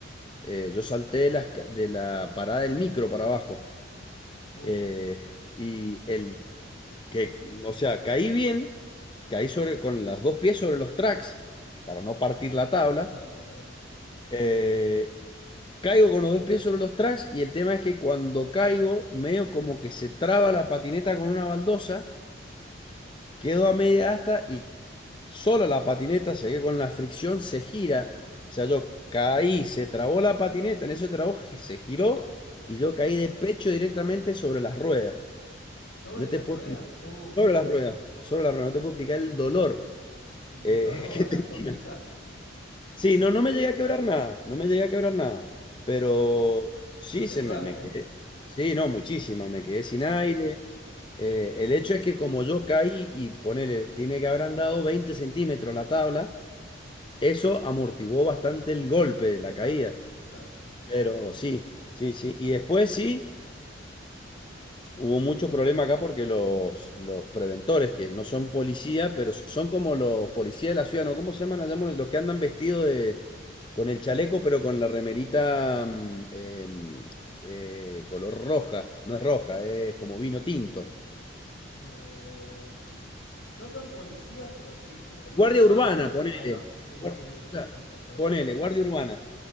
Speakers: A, on the left; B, on the left.
A: Eh, yo salté de la, de la parada del micro para abajo.
B: Uf,
A: Eh, y el que, o sea, caí bien, caí sobre, con las dos pies sobre los tracks para no partir la tabla.
B: claro, claro.
A: Eh, caigo con los dos pies sobre los tracks y el tema es que cuando caigo, medio como que se traba la patineta con una baldosa. Quedó a media asta y sola la patineta, se que con la fricción se gira. O sea, yo caí, se trabó la patineta, en ese trabajo se giró y yo caí de pecho directamente sobre las ruedas.
B: Sobre
A: No te
B: las
A: puedo
B: ruedas,
A: explicar.
B: uf.
A: Sobre las ruedas, sobre las ruedas, no te puedo explicar el dolor
B: ¿Y te
A: eh,
B: hizo algo
A: <laughs> que
B: a las
A: tenía.
B: costillas?
A: Sí, no, no me llegué a quebrar nada, no me llegué a quebrar nada. Pero
B: Ahí va.
A: sí,
B: Tuviste
A: se
B: suerte,
A: me, me quedé.
B: ¿eh?
A: Sí, no, muchísima, me quedé
B: Sí, sí,
A: sin aire. Eh, el hecho es que como yo caí y ponele, tiene que haber andado 20 centímetros la tabla, eso amortiguó bastante el golpe de la
B: claro,
A: caída.
B: claro.
A: Pero sí, sí, sí. Y después sí, hubo muchos problemas acá porque los, los preventores, que no son policía, pero son como los policías de la ciudad, ¿no? ¿Cómo se llaman allá? Los que andan vestidos de, con el chaleco, pero con la remerita mm, em, eh, color roja. No es roja, es como vino tinto.
B: Eh, no son policías, pero sí, son como ayudantes.
A: Guardia Urbana, ponele.
B: Ahí va, sí, sí,
A: Guar-
B: eso,
A: claro,
B: eso, exactamente.
A: Ponele, Guardia Urbana.